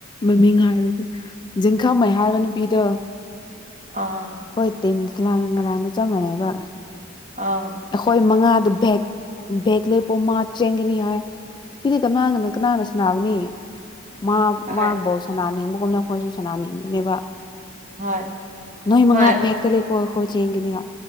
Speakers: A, on the left; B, on the right.
A: ꯃꯃꯤꯡ ꯍꯥꯏꯔꯁꯦ ꯖꯤꯡꯈꯝꯩ ꯍꯥꯏꯕ ꯅꯨꯄꯤꯗ
B: ꯑꯥ
A: ꯍꯣꯏ ꯇꯝ ꯉꯔꯥꯡꯗ ꯆꯞ ꯃꯥꯟꯅꯩꯕ
B: ꯑꯥ
A: ꯑꯩꯈꯣꯏ ꯃꯉꯥꯗ ꯕꯦꯛ ꯚꯦꯦꯛ ꯂꯩꯦ ꯄꯨꯡꯃꯥ ꯆꯦꯟꯒꯅꯤ ꯍꯥꯏ ꯁꯤꯗꯤ ꯀꯅꯥꯒꯅ ꯀꯅꯥꯒꯁꯨ ꯅꯥꯕꯅꯤ ꯃꯥ
B: ꯍꯣꯏ
A: ꯃꯥꯕꯨꯣ ꯁꯅꯥ ꯅꯤꯡꯕꯒꯨꯝꯅ ꯑꯩꯈꯣꯏꯁꯨ ꯁꯅꯥ ꯅꯤꯡꯕꯅꯦꯕ
B: ꯍꯣꯏ
A: ꯅꯣꯏ ꯃꯉꯥ
B: ꯍꯣꯏ
A: ꯍꯦꯛꯇ ꯂꯩ ꯄꯣꯛꯑꯈꯣꯏ ꯆꯦꯡꯒꯅꯤꯒ